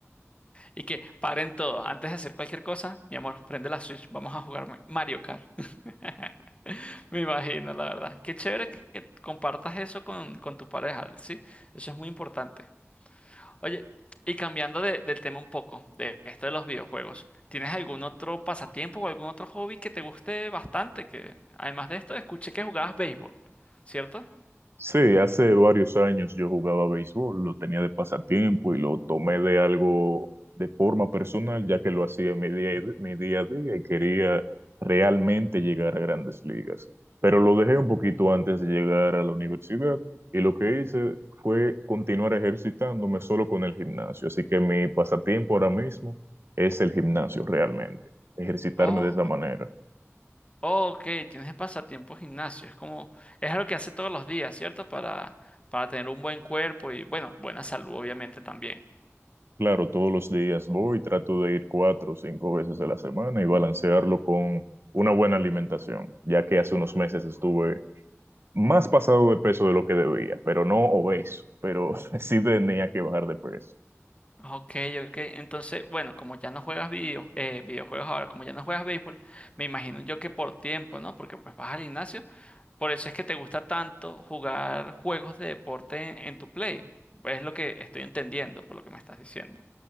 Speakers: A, on the left (about 25°); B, on the right (about 55°).
A: Y que paren todo. Antes de hacer cualquier cosa, mi amor, prende la Switch. Vamos a jugar Ma- Mario Kart. <laughs> Me imagino, la verdad. Qué chévere que, que compartas eso con, con tu pareja, ¿sí? Eso es muy importante. Oye, y cambiando de, del tema un poco, de esto de los videojuegos, ¿tienes algún otro pasatiempo o algún otro hobby que te guste bastante? Que además de esto, escuché que jugabas béisbol, ¿cierto?
B: Sí, hace varios años yo jugaba béisbol, lo tenía de pasatiempo y lo tomé de algo de forma personal, ya que lo hacía en mi día, mi día a día y quería realmente llegar a grandes ligas. Pero lo dejé un poquito antes de llegar a la universidad y lo que hice fue continuar ejercitándome solo con el gimnasio. Así que mi pasatiempo ahora mismo es el gimnasio realmente, ejercitarme
A: Oh,
B: de esa manera.
A: Ok, tienes pasatiempo gimnasio. Es como, es algo que hace todos los días, ¿cierto? Para, para tener un buen cuerpo y, bueno, buena salud, obviamente, también.
B: Claro, todos los días voy, trato de ir cuatro o cinco veces a la semana y balancearlo con una buena alimentación, ya que hace unos meses estuve más pasado de peso de lo que debía, pero no obeso, pero <laughs> sí tenía que bajar de peso.
A: Ok, ok. Entonces, bueno, como ya no juegas video, eh, videojuegos ahora, como ya no juegas béisbol, me imagino yo que por tiempo, ¿no? Porque pues vas al gimnasio. Por eso es que te gusta tanto jugar juegos de deporte en, en tu Play. Es lo que estoy entendiendo por lo que me estás diciendo.